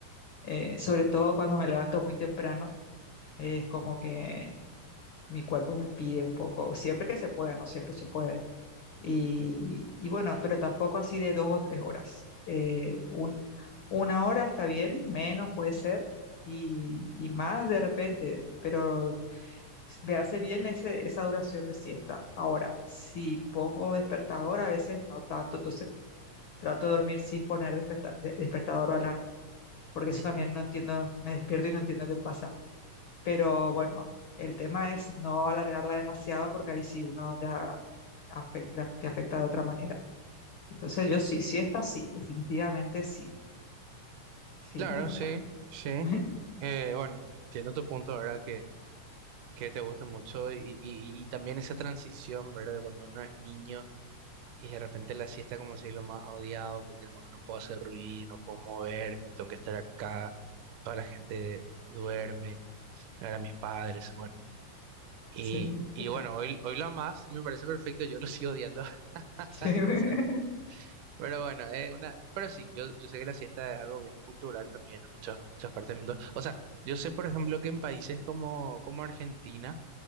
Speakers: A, on the left; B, on the right.
A: Eh, sobre todo cuando me levanto muy temprano, eh, es como que mi cuerpo me pide un poco, siempre que se pueda, no siempre se puede. Y, y bueno, pero tampoco así de dos o tres horas. Eh, un- una hora está bien, menos puede ser, y, y más de repente, pero s- me hace bien ese, esa duración de siesta. Ahora, si pongo despertador, a veces no tanto, entonces Trato de dormir sin poner desperta- de- despertador o alarma, porque eso
B: ujú.
A: también no entiendo, me despierto y no entiendo qué pasa. Pero bueno, el tema es no alargarla demasiado porque ahí sí uno ya afec- la- te afecta de otra manera. Entonces yo sí, siesta sí, definitivamente sí, sí,
B: Claro,
A: me gusta.
B: sí, sí.
A: <laughs>
B: Eh, bueno, entiendo tu punto, ¿verdad? Que, que te gusta mucho y, y, y también esa transición, ¿verdad? De cuando uno es niño y de repente la siesta como si es lo más odiado porque, bueno, no puedo hacer ruido, no puedo moverme, tengo que estar acá, toda la gente duerme, ahora mis padres, bueno. Y,
A: Sí,
B: y
A: total.
B: bueno, hoy, hoy lo amas y me parece perfecto, yo lo sigo odiando <laughs>
A: Sí.
B: Entonces,
A: <laughs>
B: pero bueno, eh, una, pero sí, yo, yo sé que la siesta es algo bien cultural también en muchas, muchas partes del mundo. O sea, yo sé, por ejemplo, que en países como, como Argentina,